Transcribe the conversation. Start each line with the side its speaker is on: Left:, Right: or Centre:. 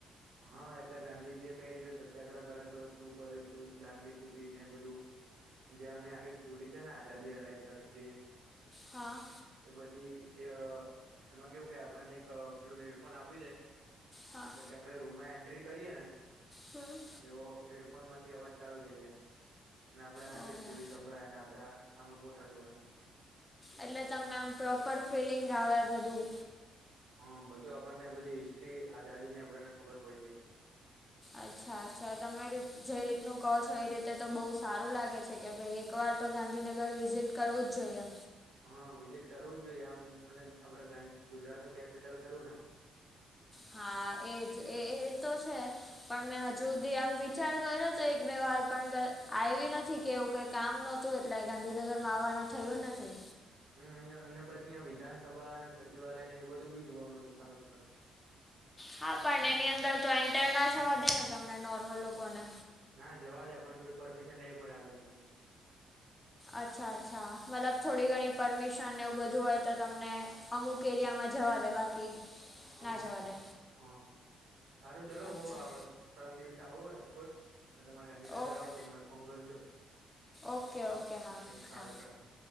Right: હા એટલે ગાંધીજી એ કઈ રીતે સત્યાગ્રહ કર્યો હતો શું કર્યું તું દાંડી કૂટી ને બધું જે એમની આખી સ્ટોરી છે ને આઝાદી હલાય ત્યાં સુધીની
Left: હા
Right: એ બધી એ એમાં કેવું કે આપણને એક પેલું હેડફોન આપી દે
Left: હા
Right: આપણે રૂમમાં એન્ટ્રી કરીયે ને
Left: હમ્મ.
Right: એવો હેડફોન માંથી અવાજ ચાલુ થઈ જાય અને આપડેને
Left: ઓહ
Right: આખી સ્ટોરી સંભળાય અને આપડે સામે ફોટા જોવાના
Left: એટલે તમને એમ પ્રોપર ફિલિંગ આવે બધું
Right: હા બધું આપણને બધી હિસ્ટ્રી આઝાદી ની આપડેને ખબર પડી જાય
Left: અચ્છા અચ્છા તમે જે રીતનું કહો છો એ રીતે તો બહુ સારું લાગે છે કે ભાઈ એકવાર તો ગાંધીનગર વિઝિટ કરવું જ જોઈએ
Right: હા વિઝિટ કરવું જ જોઈએ આમ અને આપડે ગુજરાત નું કેપિટલ ખરું ને
Left: હા એજ એ તો છે. પણ મેં હજુ સુધી આમ વિચાર કર્યો તો એક બે વાર પણ આવી નથી કે એવું કઈ કામ નહોતું એટલે ગાંધીનગરમાં આવવાનું થયું નથી
Right: હમ અહં અને પછી અયા વિધાનસભા અને સચિવાલય ને એ બધું બી જોવાનું છે સારું સારું
Left: હા પણ એની અંદર તો એન્ટર ના થવા દે ને તમને નોર્મલ લોકોને
Right: ના જવા દે પણ થોડી પરમિશન લેવી પડે આગળથી
Left: અચ્છા અચ્છા મતલબ થોડી ઘણી પરમિશન એવું બધું હોય તો તમને અમુક એરિયામાં જવા દે બાકી
Right: <inaudible> હા
Left: ના જવા
Right: હા
Left: દે
Right: હા સારું ચલો
Left: અચ્છા
Right: હું પરમ દિવસે આવું રાજકોટ હા તમામે ગાંધીનગર
Left: ઓકે
Right: આવો તો મને ફોન કરજો
Left: ઓકે
Right: હ
Left: ઓકે હા
Right: એ સારું
Left: હા
Right: સારું